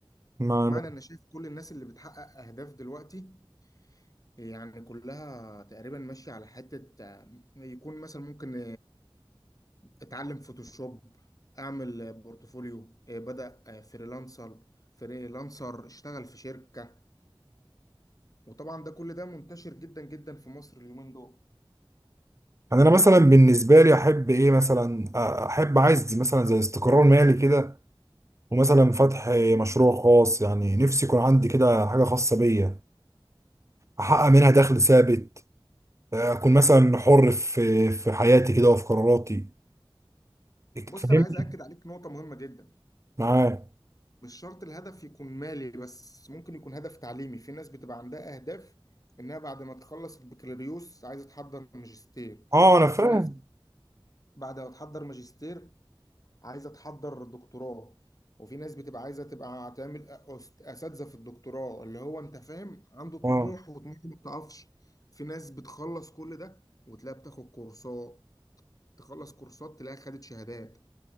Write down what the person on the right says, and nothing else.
ما
يعني انا مثلا بالنسبه لي احب ايه مثلا احب عايز مثلا زي استقرار مالي كده ومثلا فتح مشروع خاص يعني نفسي يكون عندي كده حاجه خاصه بيا احقق منها دخل ثابت اكون مثلا حر في في حياتي كده وفي قراراتي
فاهمني
معايا
اه انا فاهم
اه